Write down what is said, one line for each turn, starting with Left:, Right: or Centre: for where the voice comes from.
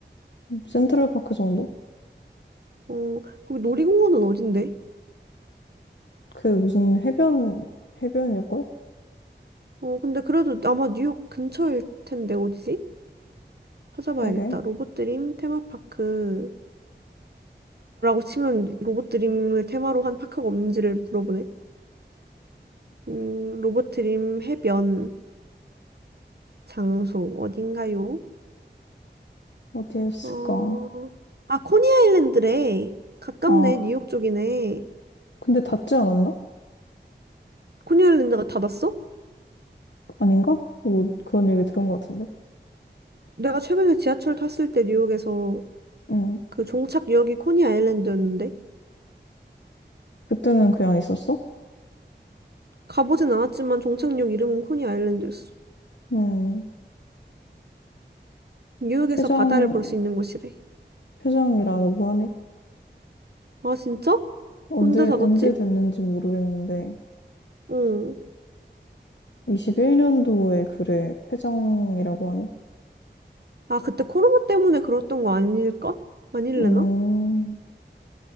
Left: 센트럴파크 정도?
Right: 어, 거기 놀이공원은 어딘데?
Left: 그 무슨 해변, 해변일걸?
Right: 어, 근데 그래도 아마 뉴욕 근처일 텐데 어디지? 찾아봐야겠다.
Left: 그러게.
Right: 로봇드림 테마파크라고 치면 로봇드림을 테마로 한 파크가 없는지를 물어보네. 음, 로봇드림 해변 장소 어딘가요?
Left: 어디였을까?
Right: 어, 아, 코니아일랜드래. 가깝네.
Left: 아,
Right: 뉴욕 쪽이네.
Left: 근데 닿지 않았나?
Right: 코니아일랜드가 닫았어?
Left: 아닌가? 뭐 그런 얘기 들은 것 같은데.
Right: 내가 최근에 지하철 탔을 때 뉴욕에서
Left: 응.
Right: 그 종착역이 코니아일랜드였는데?
Left: 그때는 그냥 있었어?
Right: 가보진 않았지만 종착역 이름은 코니 아일랜드였어.
Left: 응.
Right: 뉴욕에서
Left: 폐장,
Right: 바다를 볼 수 있는 곳이래.
Left: 폐장이라고 하네.
Right: 아, 진짜?
Left: 언제,
Right: 혼자 살았지?
Left: 언제 됐는지 모르겠는데.
Right: 응.
Left: 21년도에 글에 폐장이라고 하네.
Right: 아, 그때 코로나 때문에 그랬던 거 아닐까? 아닐래나?
Left: 음,